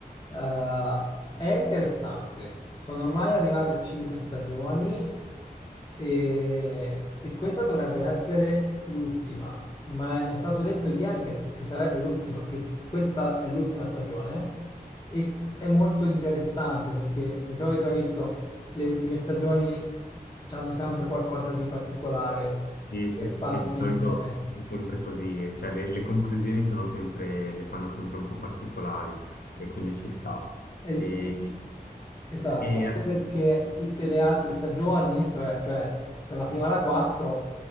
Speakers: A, on the left; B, on the left.
A: Eh, è interessante. Sono ormai arrivati a cinque stagioni e, e questa dovrebbe essere l'ultima, ma mi è stato detto ieri che, che sarebbe l'ultima, che questa è l'ultima stagione e è molto interessante perché di solito hai visto le ultime stagioni hanno sempre qualcosa di particolare
B: sì, sì,
A: per
B: sì,
A: far
B: sì,
A: finire.
B: di solito è sempre così, cioè le, le conclusioni sono sempre, le fanno sempre un po' particolari e quindi ci sta.
A: E
B: E...
A: Esatto,
B: E,
A: anche
B: eh,
A: perché tutte le altre stagioni, cioè, cioè dalla prima alla quattro,